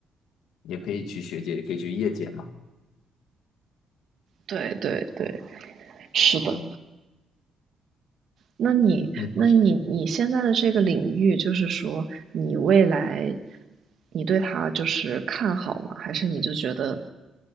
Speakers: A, on the left; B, on the right.
A: 也可以去学界，也可以去业界嘛。
B: 对对对，是的。
A: 嗯
B: 那你，
A: 你当时
B: 那你，你现在的这个领域，就是说你未来，你对它就是看好吗？还是你就觉得